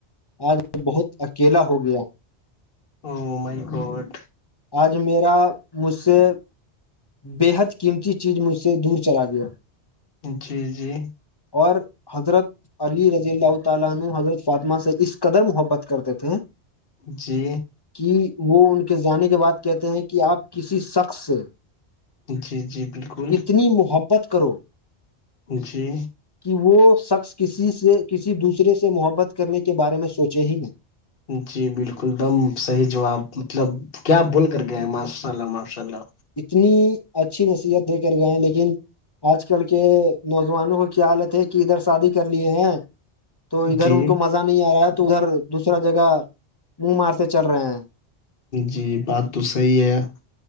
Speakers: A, on the left (about 25°); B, on the left (about 55°).
A: آج بہت اکیلا ہو گیا
B: او مائ کوٹ
A: آج میرا مجھ سے بےحد قیمتی چیز مجھ سے دور چلا گیا
B: جی جی
A: اور حضرت علی رضی اللہ تعالی عنہ حضرت فاطمہ سے اس قدر محبت کرتے تھے
B: جی
A: کہ وہ ان کے جانے کے بعد کہتے ہیں کہ آپ کسی شخص سے
B: جی جی بالکل
A: اتنی محبت کرو
B: جی
A: کہ وہ شخص کسی سے کسی دوسرے سے محبت کرنے کے بارے میں سوچے ہی نہیں
B: جی بالکل دم صحیح جواب مطلب کیا آپ بول کر گئے ہیں ماشاء اللہ ماشاء اللہ
A: اتنی اچھی نصیحت دے کر گئے ہیں لیکن آج کل کے نوجوانوں کا کیا حالت ہے کہ ادھر شادی کر لیے ہیں تو ادھر
B: جی
A: ان کو مزہ نہیں آ رہا ہے تو ادھر دوسرا جگہ منہ مار سے چل رہے ہیں
B: جی بات تو صحیح ہے